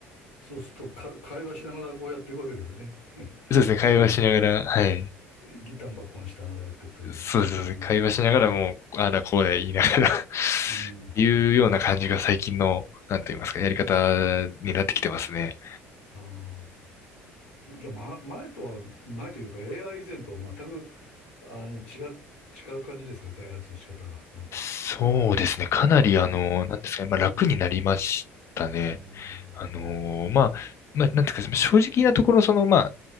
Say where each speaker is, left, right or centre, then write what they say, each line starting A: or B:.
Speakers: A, on the left; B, on the left.
A: そうすると、か、会話しながらこうやっていくわけですね。<laughs>
B: そうですね、
A: あの、
B: 会話しながら、はい。
A: ギタンバッコンしながらやっていくという。
B: そうですね、
A: うん、
B: 会話しながらもう、ああだこうだ言いながら <laughs> っ
A: うん、
B: ていうような感じが最近の、なんと言いますか、やり方になってきてますね。
A: ああ。じゃあ、ま、前とは、前というか AI 以前とは全く、あの、違う、違う感じですか、開発の仕方が、なんか。
B: そうですね、かなりあの、
A: うん。
B: なんですかね、まあ楽になりましたね。
A: うん。
B: あのまあ、まあ、なんていうか、正直なところ、その、ま